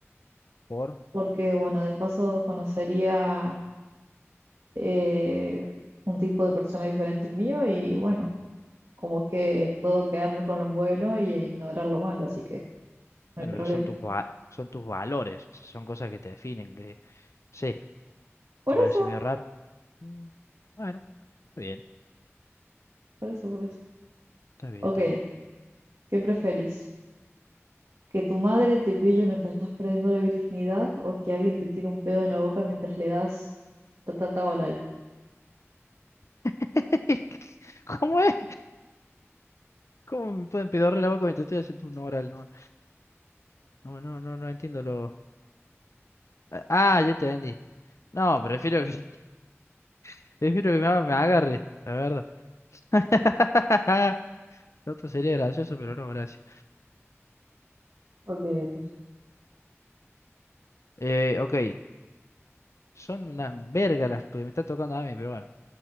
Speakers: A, on the left; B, on the right.
A: Por,
B: Porque, bueno, de paso conocería eh, un tipo de persona diferente al mío y bueno, como que puedo quedarme con lo bueno y ignorar lo malo, así que no
A: bueno,
B: hay problema.
A: pero son tus va- son tus valores, o sea, son cosas que te definen, que no sé,
B: Por
A: ¿te parece
B: eso,
A: medio raro? Mm, Bueno, está bien,
B: por eso, por eso.
A: está bien,
B: Ok,
A: está bien.
B: ¿qué preferís? ¿Que tu madre te pille mientras estás perdiendo la virginidad o que alguien te tire un pedo en la boca mientras le das ta ta ta oral?
A: <laughs> ¿Cómo es? ¿Cómo me pueden pedorrear la boca mientras estoy haciendo un oral? No, no, no, no, no entiendo lo, Ah, ah, ya te entendí. No, prefiero que, <laughs> prefiero que me, haga- me agarre, la verdad. <laughs> Lo otro sería gracioso, pero no, gracias.
B: Ok, ok.
A: Eh, ok, son una verga las que me está tocando a mí, pero bueno.